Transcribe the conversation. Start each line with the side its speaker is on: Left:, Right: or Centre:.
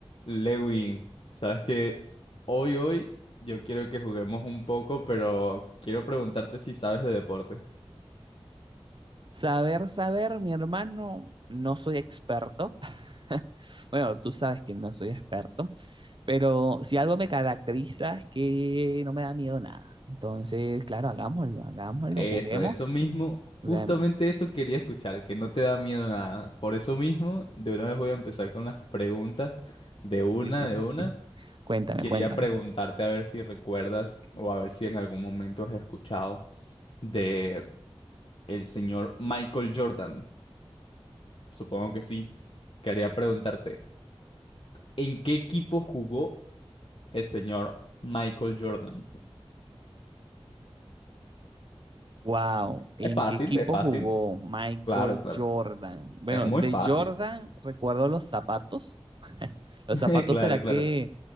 Left: Lewin, sabes que hoy, hoy yo quiero que juguemos un poco, pero quiero preguntarte si sabes de deportes.
Right: Saber, saber, mi hermano, no soy experto. <laughs> Bueno, tú sabes que no soy experto, pero si algo me caracteriza es que no me da miedo nada. Entonces, claro, hagámoslo, hagámoslo,
Left: Eso,
Right: juguemos,
Left: eso mismo,
Right: juguemos.
Left: justamente eso quería escuchar, que no te da miedo nada. Por eso mismo, de una vez voy a empezar con las preguntas, de una,
Right: Sí, sí,
Left: de
Right: sí,
Left: una.
Right: sí. Cuéntame,
Left: Quería
Right: cuéntame.
Left: preguntarte a ver si recuerdas o a ver si en algún momento has escuchado de el señor Michael Jordan. Supongo que sí. Quería preguntarte. ¿En qué equipo jugó El señor Michael Jordan.
Right: Wow, ¿en
Left: Es fácil,
Right: qué equipo
Left: es fácil.
Right: jugó Michael
Left: Claro, claro.
Right: Jordan? Bueno,
Left: Es muy
Right: de
Left: fácil.
Right: Jordan recuerdo los zapatos. <laughs> ¿Los
Left: <laughs>
Right: zapatos
Left: Claro,
Right: será
Left: claro.
Right: que,